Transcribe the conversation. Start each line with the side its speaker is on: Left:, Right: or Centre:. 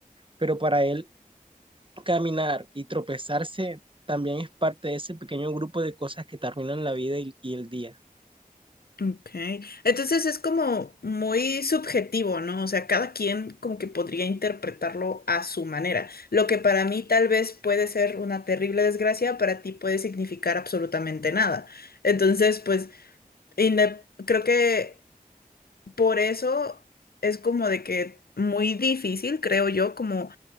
Right: pero para él caminar y tropezarse también es parte de ese pequeño grupo de cosas que te arruinan la vida y, y el día.
Left: Ok, entonces es como muy subjetivo, ¿no? O sea, cada quien como que podría interpretarlo a su manera. Lo que para mí tal vez puede ser una terrible desgracia, para ti puede significar absolutamente nada. Entonces, pues, inde- creo que por eso es como de que muy difícil, creo yo, como